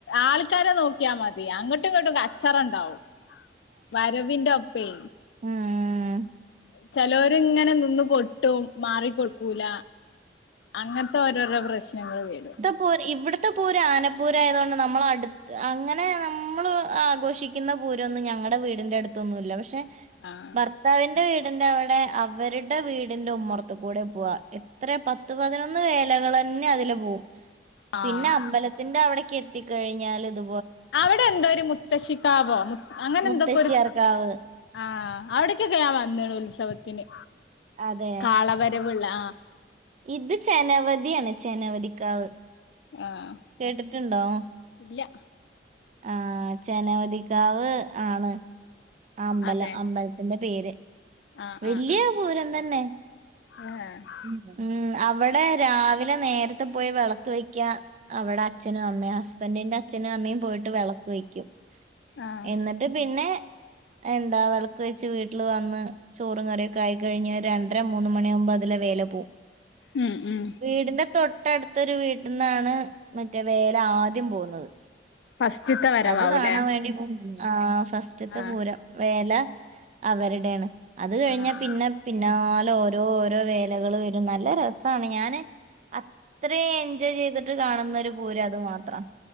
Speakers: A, on the left (about 75°); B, on the right (about 40°).
A: ആൾക്കാരെ നോക്കിയാ മതി അങ്ങട്ടും ഇങ്ങട്ടും കച്ചറ ണ്ടാവും. വരവിന്റെ ഒപ്പേ.
B: ആഹ്.
A: ചെലോര്ങ്ങനെ നിന്ന് കൊട്ടും മാറിക്കൊടുക്കൂല. അങ്ങൻത്തെ ഓരോരോ പ്രശ്നങ്ങള് വരും.
B: പൂര് ഇവട്ത്തെ പൂര ആനപ്പൂരായതോണ്ട് നമ്മളടുത്ത് അങ്ങനെ നമ്മൾ ആഘോഷി ക്ക്ന്ന പൂരോന്നും ഞങ്ങടെ വീടിന്റെ അടുത്തൊന്നുല്ല പഷേ
A: ആഹ്
B: ഭർത്താവി ന്റെ വീടിന്റെ അവടെ അവര്ടെ വീടിന്റെ ഉമ്മറത്ത് കൂടെ പോവാ. എത്ര പ ത്ത് പതിനൊന്ന് വേലകളന്നെ അതിലെ പോവും. പിന്നെ
A: ആഹ്
B: അമ്പല ത്തിന്റെ അവിടക്ക് എത്തിക്കഴിഞ്ഞാൽ ഇത്
A: അവടെ എന്തോ ഒരു മുത്തശ്ശിക്കാവോ മു അങ്ങനെ
B: മുത്തശ്ശിയാർക്കാവ്
A: എന്തൊക്കൊ ഒര് ആഹ് അവിടക്കൊക്കെ ഞാൻ വന്നണ് ഉത്സവത്തിന്.
B: അതെ
A: കാളവരവ്ള്ളെ ആഹ്
B: ഇത് ചെനവതി ആണ് ചെനവതിക്കാവ്.
A: ആഹ്
B: കേട്ടിട്ടുണ്ടോ?
A: ഇല്ല
B: ആഹ് ചെനവതിക്കാവ് ആണ്. ആഹ് അമ്പലം
A: അതെ
B: അമ്പലത്തിന്റെ പേര്.
A: ആഹ്
B: വല്യ
A: ആഹ് ആഹ്.
B: പൂരം തന്നെ.
A: ഏഹ് ഹേ.
B: ഉം അവടെ രാവിലെ നേരത്തെ പോയി വെളക്ക് വെക്ക്യാ. അവടെ അച്ഛനും അമ്മേം ഹസ്ബൻ്റിന്റെ അച്ഛനും അമ്മേം പോയിട്ട് വെളക്ക് വെയ്ക്കും.
A: ആഹ്
B: എന്നിട്ട് പിന്നെ എന്താ വെളക്ക് വെച്ച് വീട്ടിൽ വന്ന് ചോറും കറിയൊക്കെ ആയി കഴിഞ്ഞ് ഒര് രണ്ടര മൂന്ന് മണിയാവുമ്പ അതിലേ വേല പോവും.
A: ഉം ഉം.
B: വീടിന്റെ തൊട്ടടുത്തൊരു വീട്ട്ന്നാണ് മറ്റേ വേല ആദ്യം പോവുന്നത്.
A: ഫസ്റ്റ്ത്തെ വരവാവൂല്ലേ
B: അത് കാണാൻ വേണ്ടി പോം. ആഹ് ഫസ്റ്റ്ത്തെ
A: ആഹ്
B: പൂരം വേല അവര്ടേണ്. അത് കഴിഞ്ഞാ
A: ആഹ്
B: പിന്നെ പിന്നാലെ ഓരോ ഓരോ വേലകള് വരും. നല്ല രസാണ് ഞാന് അത്രേം എൻജോയ് ചെയ്തിട്ട് കാണുന്ന ഒരു പൂരം അത് മാത്രാ.